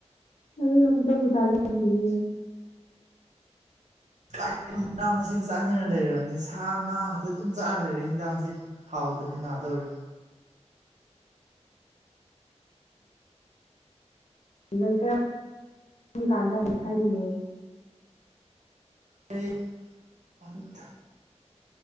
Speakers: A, on the left; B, on the right.
A: <unintelligible> ꯑꯝꯇꯕꯨ ꯇꯥꯖꯗ꯭ꯔꯤ
B: ꯀꯥꯏꯅꯣ ꯃꯅꯥ ꯃꯁꯤꯡ ꯆꯥꯅꯤꯡꯔ ꯂꯩꯔꯝꯅꯤ ꯁꯥ ꯉꯥ ꯉꯥꯛꯇ ꯑꯗꯨꯝ ꯆꯥꯔ ꯂꯩꯔꯦ ꯍꯦꯟꯖꯥꯡꯁꯤ ꯍꯥꯎꯇ꯭ꯔꯦ ꯅꯥꯗꯧꯔꯦ
A: ꯅꯣꯏ ꯀꯔꯝ ꯀꯥꯟꯗꯕꯨꯗꯤ ꯈꯜꯂꯤꯅꯣ
B: ꯑꯩ <unintelligible>